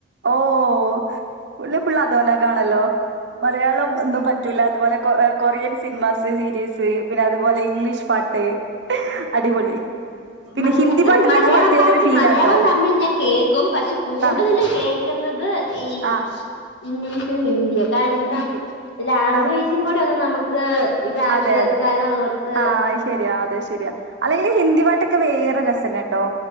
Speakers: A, on the right (about 70°); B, on the left (about 70°).
A: ഓഹ് <unintelligible> ഫുള്ള് അതുപോലക്കെ ആണല്ലോ മലയാളം ഒന്നും പറ്റൂല്ലാ അതുപോലെ കൊ ഏ കൊറിയൻ സിനിമാസ് സീരീസ് പിന്നെ അതുപോലെ ഇംഗ്ലീഷ് പാട്ട് അടിപൊളി പിന്നെ
B: മല
A: ഹിന്ദി
B: അം
A: പാട്ടിനൊക്കെ
B: മലയാളം
A: പ്രത്യേക
B: പാട്ട്
A: ഒരു ഫീലാട്ടോ.
B: മലയാളവും തമിഴും ഞാൻ കേക്കും പക്ഷെ കൂടുതല്
A: ആഹ്
B: കേക്കുന്നത് ഈ
A: ആഹ്
B: ഇംഗ്ലീഷും ഹിന്ദിയ <unintelligible>
A: ഇംഗ്ലീഷ്
B: ലാംഗ്വേജും
A: ആഹ്
B: കൂടെ ഒന്ന് നമുക്ക് ഇതാക്കി
A: അതെ
B: വെക്കാല്ലോന്നോർത്ത്
A: അതെ. ആഹ് അത് ശെരിയാ അതെ ശെരിയാ അല്ലെങ്കിലീ ഹിന്ദി പാട്ടൊക്കെ വേറെ രസല്ലട്ടോ